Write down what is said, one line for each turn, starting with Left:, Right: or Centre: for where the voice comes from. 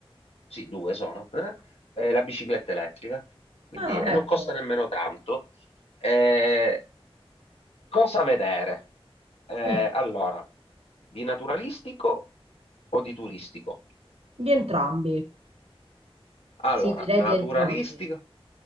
Left: sì, due sono, eh, e la bicicletta elettrica, quindi,
Right: Ah,
Left: e non
Right: ecco.
Left: costa nemmeno tanto. Eh, cosa vedere? Eh,
Right: Mm.
Left: allora, di naturalistico o di turistico?
Right: Di entrambi.
Left: Allora,
Right: Sì, direi
Left: naturalistico,
Right: di entrambi.